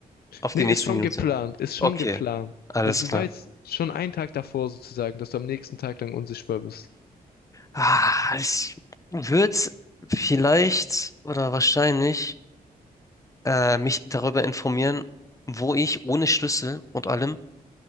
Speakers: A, on the left; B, on the left.
A: auf
B: Nee,
A: die nächste
B: ist schon
A: Minute.
B: geplant, ist
A: Okay,
B: schon geplant.
A: alles
B: Also
A: klar.
B: du weißt schon einen Tag davor sozusagen, dass du am nächsten Tag lang unsichtbar bist.
A: Ah, ich würde vielleicht oder wahrscheinlich äh, mich darüber informieren, wo ich ohne Schlüssel und allem